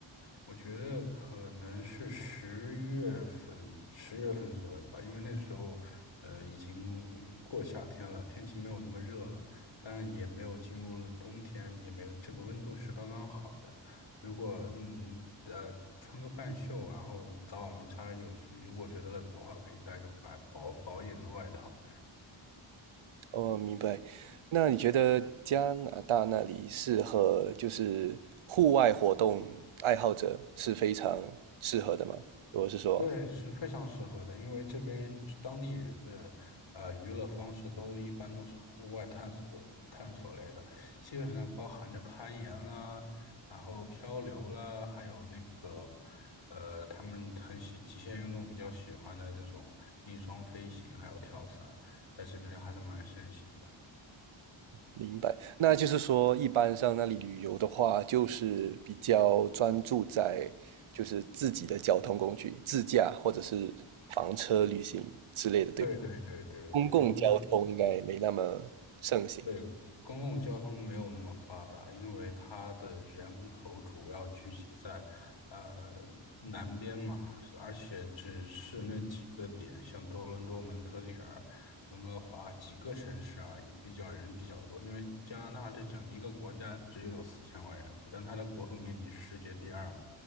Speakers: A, on the left; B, on the right.
A: 我觉得可能是十月份，十月份左右吧，因为那时候，呃，已经过夏天了，天气没有那么热了，但也没有进入了冬天，也没有这个温度是刚刚好的。如果嗯呃穿个半袖，然后早晚温差有时如果觉得冷的话，可以带个白薄薄一点的外套。
B: 哦，明白。那你觉得加拿大那里适合就是户外活动爱好者是非常适合的吗？如果是说。
A: 对，是非常适合的，因为这边当地人的呃娱乐方式都一般都是户外探索探索类的，基本上包含着攀岩啦，然后漂流啦，还有那个呃他们很喜极限运动比较喜欢的这种翼装飞行，还有跳伞，在这边还是蛮盛行的。
B: 明白，那就是说，一般上那里旅游的话，就是比较专注在就是自己的交通工具，自驾或者是房车旅行之类的，对吧？
A: 对对对对对，
B: 公共交通应该没那么盛行。
A: 如果对，公共交通没有那么发达，因为它的人口主要聚集在呃南边嘛，而且只是那几个点，像多伦多、蒙特利尔、温哥华几个城市而已，比较人比较多。因为加拿大这整一个国家只有四千万人口，但它的国土面积是世界第二嘛，